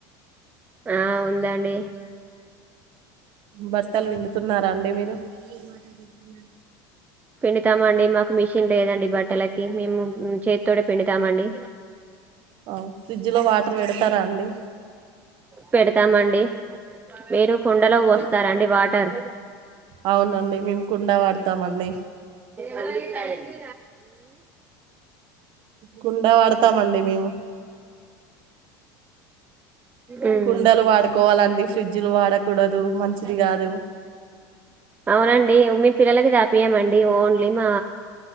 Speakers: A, on the right; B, on the right.
A: ఆ ఉందండి
B: బట్టలు పిండుతున్నారా అండి మీరు ఏ మాటగద్ధన్నా
A: పిండుతామండి మాకు మిషన్ లేదండి బట్టలకి మేము చేతితోటే పిండుతాం తామండి
B: ఆ, ఫ్రిడ్జ్ లో వాటర్ పెడతారా అండి
A: పెడు తమండి మీరు కుండలో పోస్తారండి
B: ఫ్రి-
A: వాట్ టర్
B: అవునండి మేము కుండ వాడతామండి
A: అళ్డి
B: కుండ వాడతామండి మేము
A: మ్మ్
B: కుండలు వాడుకోవాలండి ఫ్రిడ్జ్లు వాడకూడదు మంచిది కాదు
A: అవునండి మీ పిల్లలకి తాగిపియమం డి ఓన్లీ మా